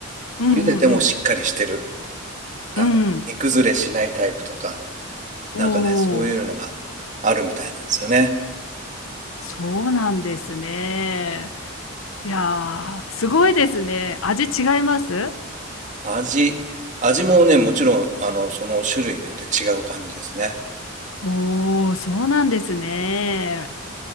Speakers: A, on the left; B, on the right.
A: うんうん
B: 茹でてもしっかりしてる、あの、
A: うん。うん。
B: 煮崩れしないタイプとか、
A: おお
B: なんかね、そういうのがあるみたいなんですよね。
A: そうなんですね。いやー、すごいですね。味違います
B: 味、味もね、もちろん、あの、その種類によって違う感じですね。
A: おお、そうなんですね。